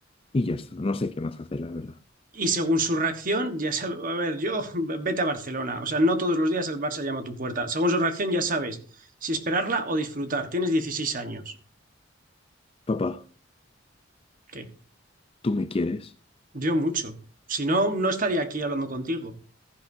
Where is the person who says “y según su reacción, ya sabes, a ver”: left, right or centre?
Right